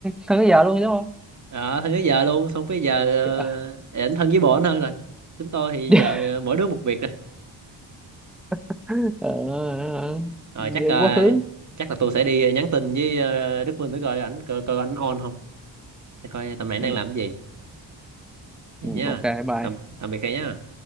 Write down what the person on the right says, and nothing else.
ở hơn tới giờ luôn xong tới giờ
ờ, ảnh thân với bộ ảnh hơn rồi chúng tôi thì
giờ ờ, mỗi đứa một việc rồi
rồi
chắc ờ,
chắc là tôi sẽ đi ờ, nhắn tin với ờ, Đức Minh để coi ảnh coi, coi ảnh on không để coi tầm này đang
làm cái gì vậy
nha
tạm tạm biệt thầy nhá